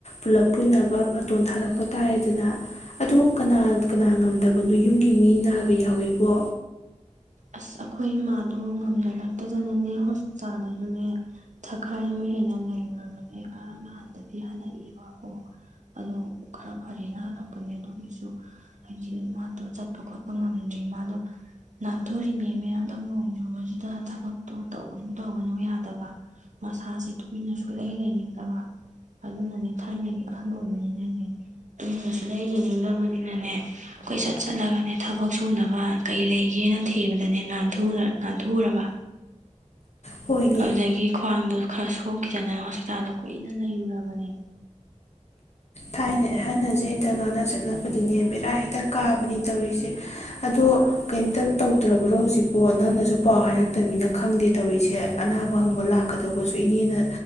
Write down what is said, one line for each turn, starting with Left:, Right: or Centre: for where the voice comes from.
Left: ꯄꯨꯂꯞ ꯄꯨꯟꯅꯕ ꯕꯥꯇꯣꯟ ꯊꯥꯔꯛꯄ ꯇꯥꯔꯦꯗꯅ ꯑꯗꯨꯣ ꯀꯅꯥ ꯀꯅꯥ ꯉꯝꯗꯕꯅꯣ ꯌꯨꯝꯒꯤ ꯃꯤ ꯅꯥꯕ ꯌꯥꯎꯏꯕꯣ
Right: ꯑꯁ ꯑꯩꯈꯣꯏ ꯏꯃꯥꯗꯣ ꯉꯝꯖꯂꯛꯇꯗꯅꯅꯦ ꯍꯣꯁꯄꯤꯇꯥꯜꯗꯁꯨꯅꯦ ꯊꯈꯥꯏ ꯑꯃ ꯍꯦꯟꯅ ꯂꯩꯈꯨꯔꯕꯅꯦ ꯉꯔꯥꯡ ꯅꯍꯥꯟꯗꯗꯤ ꯍꯜꯂꯛꯏꯕꯀꯣ ꯑꯗꯣ ꯈꯔ ꯐꯔꯦꯅ ꯍꯜꯂꯛꯄꯅꯦ ꯑꯗꯨꯒꯤꯁꯨ ꯍꯥꯏꯗꯤ ꯃꯥꯗꯣ ꯆꯠꯄ ꯈꯣꯠꯄ ꯉꯝꯗ꯭ꯔꯤ ꯃꯥꯗꯣꯥꯟ ꯊꯣꯔꯤꯉꯩ ꯃꯌꯥꯝꯗꯪ ꯅꯣꯡ ꯆꯨꯕꯁꯤꯗ ꯊꯕꯛꯇꯣ ꯇꯧꯕꯗꯨꯝ ꯇꯧꯕꯅꯨ ꯌꯥꯗꯕ ꯃꯁꯥꯁꯦ ꯇꯨꯃꯤꯟꯅꯁꯨ ꯂꯩ ꯂꯩꯅꯤꯡꯗꯕ ꯑꯗꯨꯅꯅꯦ ꯊꯥꯏꯅꯒꯤ ꯑꯍꯟ ꯑꯣꯏꯕꯅꯤꯅꯅꯦ ꯇꯨꯃꯤꯟꯅꯁꯨ ꯂꯩ ꯂꯩꯅꯤꯡꯗꯕꯅꯤꯅꯅꯦ ꯑꯩꯈꯣꯏ ꯆꯠ ꯆꯠꯂꯒꯅꯦ ꯊꯕꯛ ꯁꯨꯅꯕ ꯀꯩ ꯂꯩꯒꯦꯅ ꯊꯤꯕꯗꯅꯦ ꯅꯥꯟꯊꯨꯔꯕ
Left: ꯍꯣꯏꯅꯦ
Right: ꯑꯗꯨꯗꯒꯤ ꯈ꯭ꯋꯥꯡꯗꯣ ꯈꯔ ꯁꯣꯛꯈꯤꯗꯅ ꯍꯣꯁꯄꯤꯇꯥꯜꯗ ꯀꯨꯏꯅ ꯂꯩꯔꯨꯔꯕꯅꯦ
Left: ꯊꯥꯏꯅꯦ ꯑꯍꯜꯁꯦ ꯍꯦꯛꯇ ꯉꯥꯡꯅ ꯆꯠꯅꯕꯗꯤꯅꯦ ꯕꯦꯔꯥ ꯍꯦꯛꯇ ꯀꯥꯕꯅꯤ ꯇꯧꯔꯤꯁꯦ ꯑꯗꯣ ꯀꯩꯝꯇ ꯇꯧꯗ꯭ꯔꯕ꯭ꯔꯣ ꯍꯧꯖꯤꯛꯄꯣ ꯅꯪꯅꯁꯨ ꯄꯥꯎ ꯍꯥꯏꯔꯛꯇꯅꯤꯅ ꯈꯪꯗꯦ ꯇꯧꯔꯤꯁꯦ ꯑꯅꯥꯕ ꯍꯪꯕ ꯂꯥꯛꯀꯗꯧꯕꯁꯨ ꯏꯅꯦꯅ